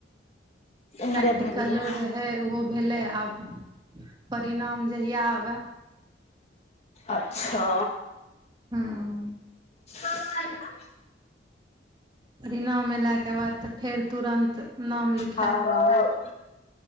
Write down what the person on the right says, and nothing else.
प्रैक्टिकलो
रहए हे ओहो भेलै आब परिणाम जहिया आबए
हूँ
<unintelligible> के बाद त फेर तुरन्त नाम लिख